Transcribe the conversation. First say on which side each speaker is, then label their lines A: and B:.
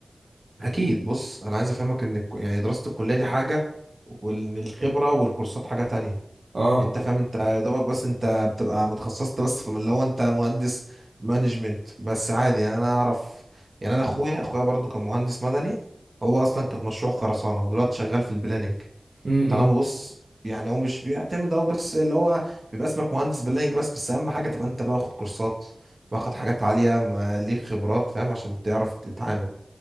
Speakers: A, on the right; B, on the right.
A: اكيد بص انا عايز افهمك ان الك- يعني دراسة الكلية دي حاجة وان الخبرة والكورسات حاجة تانية
B: اه
A: يعني انت فاهم انت يا دوبك بس انت بتبقى متخصصت بس في اللي هو انت مهندس مانجمنت بس عادي يعني انا اعرف يعني انا اخويا اخويا برضو كان مهندس مدني هو اصلا كانت مشروع خرسانه هو دلوقتي شغال في البلاننج
B: امم إمم.
A: طالما بص يعني هو مش بيعتمد او بس اللي هو بيبقى اسمك مهندس بلاننج بس بس اهم حاجه تبقى انت باخد كورسات واخد حاجات عاليه ما ليك خبرات فاهم عشان تعرف تتعامل